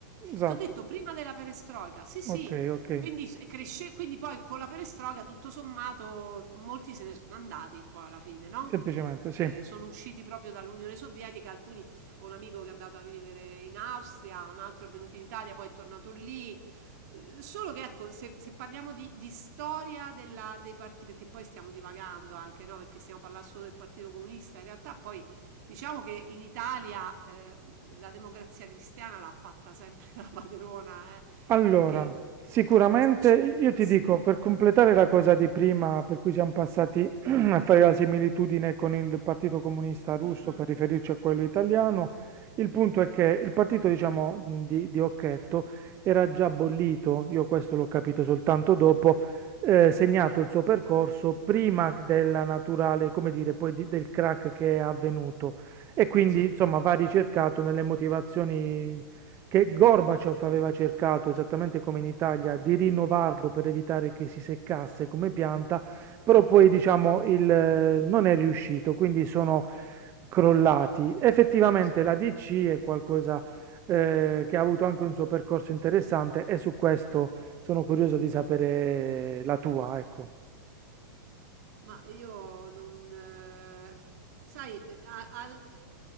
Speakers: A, on the right (about 25°); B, on the right (about 55°).
A: esatto,
B: T'ho detto prima della perestroica. Sì, sì.
A: ok, ok,
B: Quindi s- cresce, quindi poi con la perestroica tutto sommato molti se ne sono andati poi alla fine, no?
A: semplicemente, sì.
B: Eh, sono usciti proprio dall'Unione Sovietica, alcuni, ho un amico che è andato a vivere in Austria, un altro è venuto in Italia, poi è tornato lì. Eh, Solo che ecco, se, se parliamo di, di storia della- dei partiti, perché poi stiamo divagando anche, no? Perché stiamo parlando solo del Partito Comunista, in realtà poi Diciamo che in Italia eh, la democrazia cristiana l'ha fatta sempre <laughs> la padrona, eh,
A: Allora,
B: perché
A: sicuramente
B: se ci
A: io
B: pensi,
A: ti dico, per completare la cosa di prima, per cui siamo passati <clears throat> a fare la similitudine con il Partito Comunista Russo
B: Mm, mm,
A: per riferirci a quello italiano, il punto è che il partito, diciamo, di, di Occhetto era già bollito, io questo l'ho capito soltanto dopo, eh, segnato il suo percorso prima della naturale, come dire, poi di- del crack che è avvenuto. E quindi,
B: sì,
A: insomma, va ricercato nelle motivazioni che Gorbaciov aveva cercato, esattamente come in Italia, di rinnovarlo per evitare che si seccasse come pianta, però poi diciamo il, eh, non è riuscito, quindi sono crollati. Effettivamente
B: sì.
A: la DC è qualcosa eh, che ha avuto anche un suo percorso interessante e su questo sono curioso di sapere la tua, ecco.
B: Ma io non... eh, sai, beh, a- al-